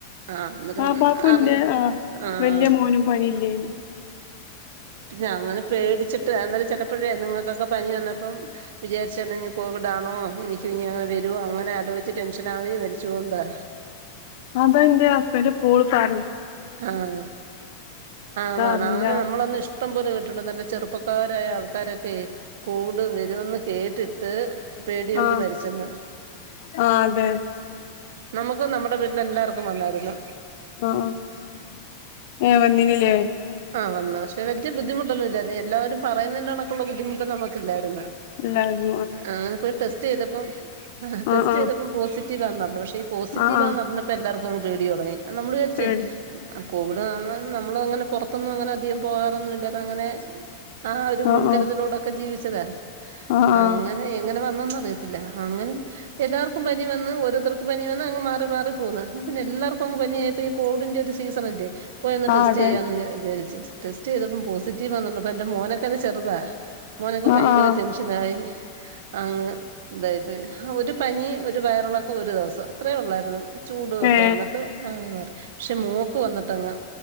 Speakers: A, on the right; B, on the left.
A: ആഹ് എന്നിട്ട്
B: ആ. ബാപ്പുന്റെ
A: അറിയാം
B: ആ
A: ആഹ്
B: വല്യമോനും പനി ഇല്ലേനി.
A: പിന്നെ അങ്ങനെ പേടിച്ചിട്ട് അന്ന ചിലപ്പോഴേ നിങ്ങൾക്കൊക്കെ പനി വന്നപ്പം വിചാരിച്ച ഇനി കോവിഡ് ആണോ എനിക്ക് ഇനി അങ്ങനെ വരു അങ്ങനെ ആലോചിച്ച് ടെൻഷൻ ആ മരിച്ചോണതാ
B: അതാ എന്റെ ഹസ്ബന്റ് ഇപ്പലും പറയി
A: ആഹ ആ
B: അറിയില്ല
A: അങ്ങനെ നമ്മളന്ന് ഇഷ്ടം പോലെ കേട്ടിട്ടുണ്ട് നല്ല ചെറുപ്പക്കാര അയ ആൾക്കാരൊക്കെ കോവിഡ് വരുമെന്ന് കേ ട്ട്പേടി കൊണ്ട്
B: ആഹ്
A: മരിച്ചെന്ന്
B: ആ അതെ
A: നമുക്ക് നമ്മുടെ എല്ലാവർക്കും വന്നായിരുന്നു -
B: ആ ഏ വന്നിനില്ലേ?
A: ആ വന്നാ പക്ഷ വലിയ ബദ്ധമുട്ടൊന്നും ഇായിരുന്നു എല്ലാവരും പറയുന്നതിന്റെടക്കുള്ള ബുദ്ധിമുട്ട് നമുക്കല്ലായിരുന്നു.
B: അ <unintelligible>
A: ്ങ്ങന പോയി ടെസ്റ്റ് ചെയ്തപ്പം
B: ആ
A: ടെസ്റ്റ്
B: ആ
A: ചെയ്തപ്പോം പോസിറ്റീവ് ആന്ന് പറഞ്ഞു പക്ഷെ ഈ പോസിറ്റീവന്ന്ഞ്ഞ
B: ആ ആ
A: അന്നിപ്പ എല്ലാർക്കും പേടി തുടങ്ങി നമ്മള് വിചാരിച്ചേ
B: പേടി
A: ആ കോവിഡ് നമ്മ നമ്മള് അങ്ങനെ പുറത്തൊന്നും അങ്ങനെ അധികം പോകാറൊന്നും ഇല്ലാ അതങ്ങനെ ആഹ് ഒരു
B: ആ
A: മുൻകരുതലൂടൊക്കെ
B: ആ
A: ജീവിച്ചത്
B: ആ ആ
A: അങ്ങനെ എങ്ങനെ വന്നന്ന റിയത്തില്ല അങ്ങനെ എല്ലാർക്കും പനി വന്ന് ഓരോത്തർക്കും പനി വന്ന് അങ്ങ് മാറി മാറി പോകുന്നു പിന്നെ എല്ലാർക്കും പ്പം പനിയായപ്പോ ഈ കോവിഡിന്റെ ഒരു സീസണല്ലേ പോയി ഒന്ന്
B: ആ
A: ടെസ്റ്റ്
B: അതെ
A: ചെയ്യാന്ന് വിചാരിച്ചു ടെസ്റ്റ് ചെയ്തപ്പം പോസിറ്റീവന്നർഞ്ഞപ്പം എന്റെ മോനൊക്കന്ന് ചെറുതാ മോനൊക്കെ
B: ആ
A: ഭയങ്കര
B: ആ
A: ടെൻഷനായി അങ്ങ് ഇതായിപ്പോയി ഹാ ഒരു പനി ഒരു വയറിളൊക്ക ഒരു ദിവസം അത്രയും ഉള്ളായിരുന്നു ചൂട് ഒക്കെ
B: ഏ ഏ
A: വന്നിട്ട് മാങ്ങി മാറി പക്ഷെ മോക്ക് വന്നിട്ടങ്